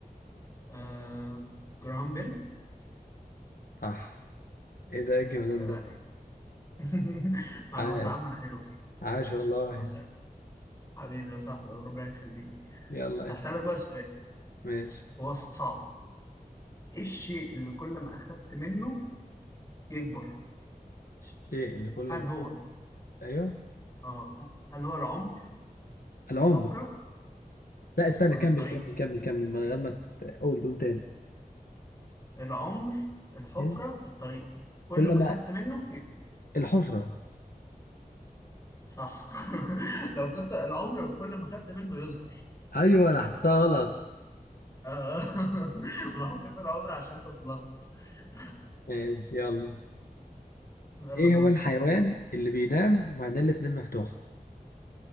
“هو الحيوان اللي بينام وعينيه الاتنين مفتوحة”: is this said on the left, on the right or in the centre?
Left